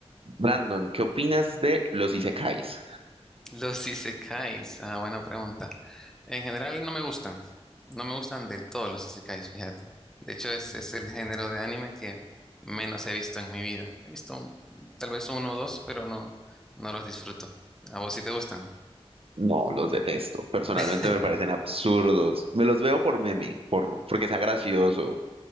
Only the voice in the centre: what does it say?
Los isekais, ah, buena pregunta. En general no me gustan, no me gustan del todo los isekais, fíjate. De hecho, es, es el género de anime que menos he visto en mi vida. He visto tal vez uno o dos, pero no, no los disfruto. ¿A vos sí te gustan?
<laughs>